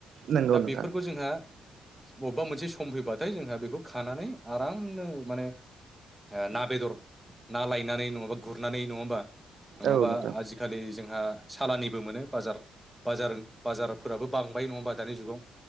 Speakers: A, on the right; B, in the centre.
A: नंगौ
B: दा
A: नोंथां
B: बेफोरखौ जोंहा बबेबा मोनसे सम फैबाथाय जोंहा बेखौ खानानै आरामनो माने ना बेदर ना लायनानै नङाबा गुरनानै नङा होमबा नङाबा
A: औ नोंथां
B: आजिखालि जोंहा साालनिबो मोनो। बाजार बाजार बाजारफोराबो बांबाय नङा दानि जुगाव